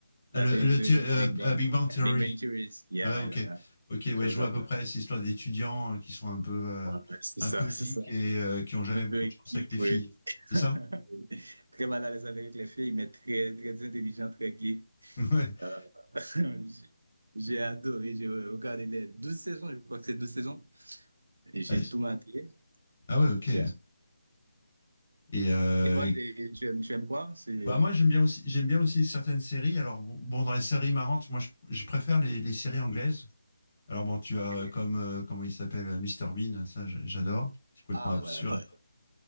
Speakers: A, on the right; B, on the left.
A: la
B: Ah, Le,
A: théorie
B: le
A: de,
B: thé- euh,
A: du Big Bang,
B: euh, Big Bang Theory.
A: Euh, Big Bang Theories, yeah,
B: Ouais, ok.
A: yeah,
B: Ok,
A: j'ai
B: ouais,
A: regardé.
B: je vois à peu près cette histoire d'étudiants euh, qui sont un peu, euh,
A: Voilà, c'est
B: un
A: ça,
B: peu
A: c'est
B: geeks
A: ça.
B: et euh, qui ont jamais
A: Un
B: beaucoup
A: peu
B: de chance
A: geek,
B: avec les
A: oui.
B: filles. C'est
A: <laughs>
B: ça?
A: Très mal à l'aise avec les filles, mais très, très intelligent, très geek.
B: <laughs>
A: Euh, <laughs> J'ai j'ai adoré, j'ai regardé les 12 saisons, je crois que c'est 12 saisons, et j'ai
B: Ouais.
A: tout maté.
B: Ah ouais,
A: Je
B: ok.
A: t'y ai-
B: Et euh,
A: Et toi, t'es- tu aimes, tu aimes quoi? C'est...
B: bah moi j'aime bien aussi, j'aime bien aussi certaines séries. Alors bon, bon, dans les séries marrantes, moi je, je préfère les, les séries anglaises. Alors bon, tu
A: Ah,
B: as
A: ok,
B: euh, comme
A: oui.
B: euh, comment il s'appelle, euh, Mr Bean, ça j- j'adore. C'est complètement
A: Ah,
B: absurde.
A: ouais, ouais.